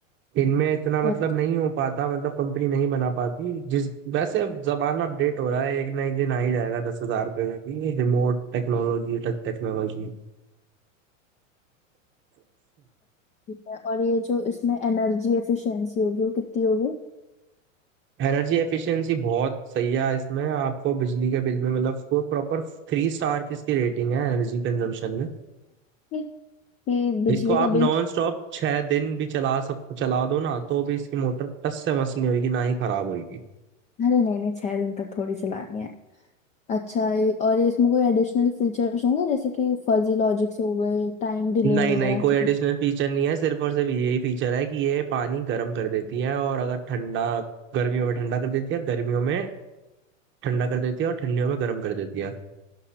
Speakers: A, on the right; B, on the left.
A: इनमें इतना मतलब
B: अच्छा
A: नहीं हो पाता मतलब कंपनी नहीं बना पाती जिस वैसे अब जमाना अपडेट हो रहा है एक ना एक दिन आ ही जाएगा दस हजार रुपये में भी remote technology touch technology
B: ठीक है और ये जो इसमें एनर्जी एफिशिएंसी होगी वो कितनी होगी
A: Energy efficiency बहुत सही है इसमें आपको बिजली के बिल में मतलब प्रॉपर थ्री स्टार की इसकी रेटिंग है एनर्जी कंजम्पशन में
B: कि कि बिजली
A: इसको आप
B: का
A: नॉन
B: बिल कि-
A: स्टॉप छह दिन भी चला सक चला दो ना तो भी इसकी मोटर टस से मस नहीं होगी ना ही खराब होगी
B: अरे नहीं नहीं छह दिन तक थोड़ी चलानी है अच्छा ये- और ये इसमें कोई एडिशनल फीचर्स होंगे जैसे कि फजी लॉजिक्स हो गए टाइम डिले
A: नहीं
B: वगैरह
A: नहीं कोई
B: ऐसे
A: एडिशनल
B: कुछ
A: फीचर नहीं है सिर्फ और सिर्फ यही फीचर है कि ये पानी गर्म कर देती है और अगर ठंडा गर्मियों में ठंडा कर देती है गर्मियों में ठंडा कर देती है और ठंडियों में गर्म कर देती है